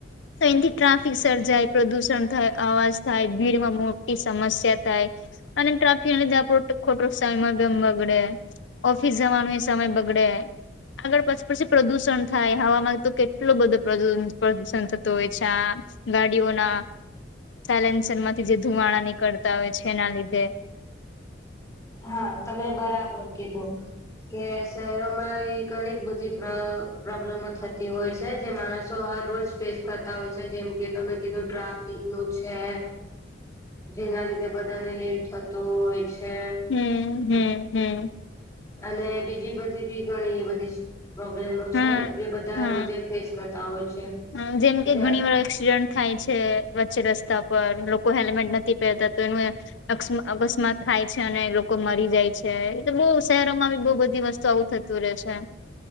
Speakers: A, on the left; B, on the left.
A: તો એથી ટ્રાફિક સર્જાય, પ્રદૂષણ થાય, અવાજ થાય, ભીડમાં મોટી સમસ્યા થાય. અને ટ્રકે અને જાપડે ખોટો સન મા બગડે ઓફિસ જવાનું એ સમય બગડે, આગળ પછી પછી પ્રદુષણ થાય હવામાં તો કેટલો બધો પ્રદુષણ થતો હોય છે આ ગાડીઓના સાયલેન્સન માંથી જે ધુમાડા નીકળતા હોય છે એના લીધે.
B: હા તમે બરાબર કીધું. કે શહેરોમાં એ ઘણી બધી પ્ર પ્રોબ્લેમો થતી હોય છે, જે માણસ તો હર રોજ ફેસ કરતા હોય છે, જેમ કે તમે કીધું ટ્રાફિકનું છે.
A: <inaudible>
B: જેના લીધે બધાને લેટ થતું હોય છે.
A: હમ્મ હમ્મ હમ્મ
B: અને બીજી બધી બી. ઘણી બધીજ પ્રોબ્લેમો
A: હા
B: છે, એ બધા
A: હા
B: રોજે ફેસ કરતા હોય છે.
A: હા, જેમ કે
B: જ્યાં
A: ઘણી વાર એક્સિડન્ટ થાય છે, વચ્ચે રસ્તા પર, લોકો હેલ્મેટ નથી પહેરતા તો એનું એ અક્સ માં અકસ્માત થાય છે, અને લોકો મરી જાય છે, એટલે બહુ શહેરોમાં બી બહુ બધી વસ્તુ આવું થત તું રે છે